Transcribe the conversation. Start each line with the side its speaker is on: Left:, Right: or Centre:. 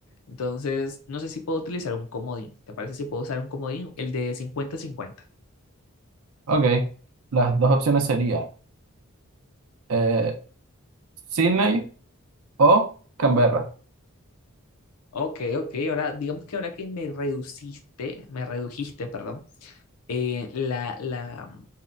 Left: Entonces, no sé si puedo utilizar un comodín. ¿Te parece si puedo usar un comodín? El de cincuenta cincuenta
Right: ok. Las dos opciones serían eh, Sydney o Canberra.
Left: Ok, ok. Ahora, digamos que ahora que me reduciste, me redujiste, perdón, eh, la, la,